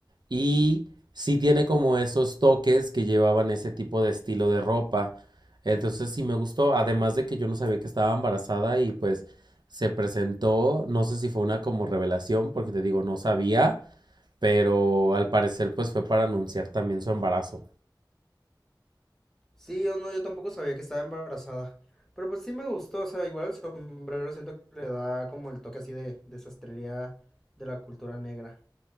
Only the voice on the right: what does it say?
y sí tiene como esos toques que llevaban ese tipo de estilo de ropa. Entonces sí me gustó, además de que yo no sabía que estaba embarazada y pues se presentó, no sé si fue una como revelación, porque te digo, no sabía, pero al parecer pues fue para anunciar también su embarazo.